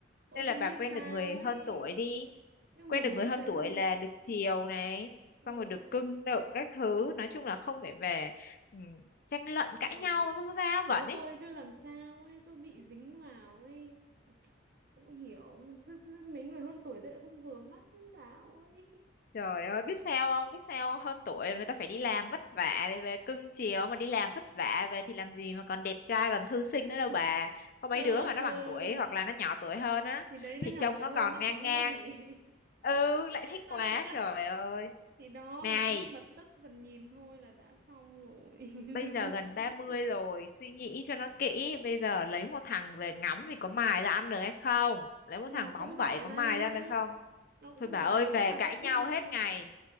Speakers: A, on the right (about 55°); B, on the left (about 50°).
A: tôi
B: Nên
A: không
B: là bà
A: biết
B: quen
A: sao
B: được người
A: ấy
B: hơn tuổi đi
A: nhưng
B: Quen
A: mà
B: được
A: mấy
B: người hơn
A: người
B: tuổi
A: hơn
B: là
A: tuổi
B: được chiều này
A: ừm,
B: Xong rồi được cưng nựng các thứ Nói chung là không phải về ừ, tranh luận
A: ờ
B: cãi nhau Cái va
A: số
B: vẩn ấy
A: tôi cứ làm sao ấy cứ bị dính vào ấy cũng hiểu Tức- tức mấy người hơn tuổi tôi lại không vừa mắt với bảo ấy
B: Trời ơi, biết sao không? Biết sao không? Hơn tuổi là người ta phải đi làm vất vả để về cưng chiều mà đi làm vất vả về thì làm gì mà còn đẹp trai còn thư sinh
A: <laughs>
B: nữa đâu bà. Có mấy
A: Ờ.
B: đứa mà nó
A: ờ.
B: bằng tuổi hoặc là nó nhỏ tuổi hơn á
A: thì đấy nó
B: thì
A: nhỏ
B: trông
A: tuổi
B: nó
A: hơn
B: còn
A: nó
B: ngang
A: bóng
B: ngang.
A: bẩy
B: Ừ, lại
A: <laughs>
B: thích
A: nó
B: quá
A: đẹp trai
B: trời ơi.
A: thì đó
B: Này,
A: thì lúc mà tức phần nhìn thôi là đã xong rồi
B: bây giờ
A: <laughs>
B: gần
A: Đã
B: ba
A: hết
B: mươi
A: tức.
B: rồi, suy nghĩ cho nó kỹ, bây giờ lấy một thằng về ngắm thì có mài ra ăn được hay không? Lấy một
A: nhưng
B: thằng
A: nó cũng
B: bóng
A: giỏi
B: bẩy có
A: mà
B: mài ra ăn được không?
A: nó cũng
B: Thôi bà
A: giỏi
B: ơi,
A: nó
B: về
A: cũng làm
B: cãi
A: ra
B: nhau
A: tiền
B: hết
A: mà
B: ngày.